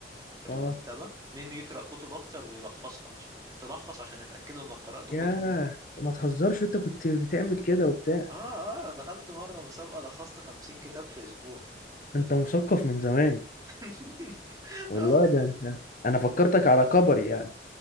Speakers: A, on the right; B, on the left.
A: في المكتبة
B: اه
A: مين يقرأ كتب اكتر ويلخصها عشان تلخص عشان يتأكدوا انك قرأت كتب
B: ياه ما تهزرش انت كنت بتعمل كده وبتاع
A: اه اه دخلت مرة مسابقة لخصت خمسين كتاب في اسبوع
B: انت مثقف من زمان
A: <laughs>
B: والله
A: اه
B: ده انت انا فكرتك على كبر يعني